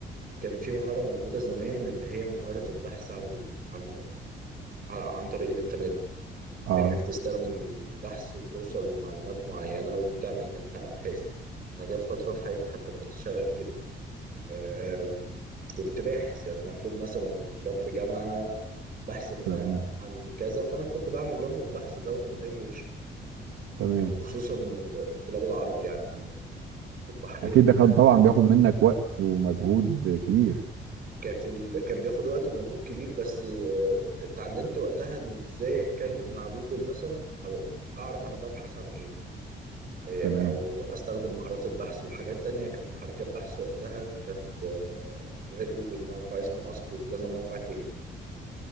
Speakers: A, on the right; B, on the right.
A: كان في مهارة موجودة زمان اللي هي مهارة البحث عن ال... عن ال... ع- عن طريق الإنترنت
B: اه
A: إنك تستخدم البحث وتوصل لمعلومات معينة وتعمل منها أبحاث أنا جات فترة في حياتي حتى كنت شغال كده آم، كنت باحث يعني مطلوب مثلا من طلاب في جامعة بحث في
B: تمام
A: ما... عن كذا فأنا كنت بعمل لهم البحث ده بالإنجلش
B: تمام
A: وخصوصا الطلاب العرب يعني في البحرين
B: أكيد ده كان طبعا بياخد منك وقت ومجهود كبير
A: كانت ال... كان بياخد وقت ومجهود كبير بس آه، اتعلمت وقتها ان ازاي اتكلم مع جوجل مثلا او اعرف انا ببحث عن ايه آه،
B: تمام
A: او استخدم مهارات البحث وحاجات تانية كانت محركات بحث وقتها كانت آه، غير جوجل موقع اسمه اسكو وكذا موقع تاني